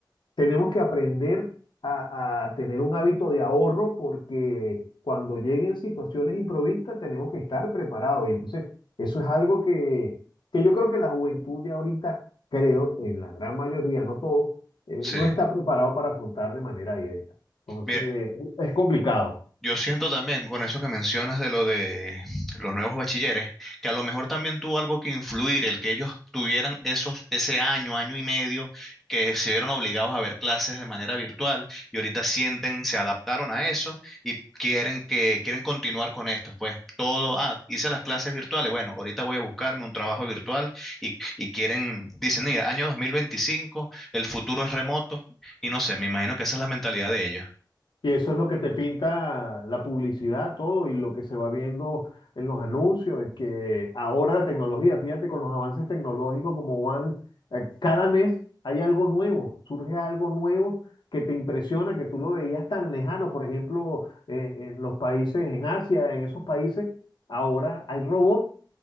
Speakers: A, on the left; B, in the centre.
A: tenemos que aprender a, a tener un hábito de ahorro porque cuando lleguen situaciones improvistas tenemos que estar preparados. Y entonces, eso es algo que, que yo creo que la juventud de ahorita, creo, en la gran mayoría, no todo, eh,
B: sí.
A: no está preparado para afrontar de manera directa. Entonces,
B: Mi-
A: es complicado.
B: Yo siento también con eso que mencionas de lo de los nuevos bachilleres, que a lo mejor también tuvo algo que influir el que ellos tuvieran esos, ese año, año y medio, que se vieron obligados a ver clases de manera virtual y ahorita sienten, se adaptaron a eso y quieren que, quieren continuar con esto. Pues todo, ah, hice las clases virtuales, bueno, ahorita voy a buscarme un trabajo virtual y, y quieren, dicen, mira, año 2025 el futuro es remoto y no sé, me imagino que esa es la mentalidad de ellos.
A: Y eso es lo que te pinta la publicidad, todo, y lo que se va viendo en los anuncios, es que ahora la tecnología, fíjate con los avances tecnológicos como van, eh, cada mes hay algo nuevo, surge algo nuevo que te impresiona, que tú lo veías tan lejano, por ejemplo, eh, en los países, en Asia, en esos países, ahora hay robots.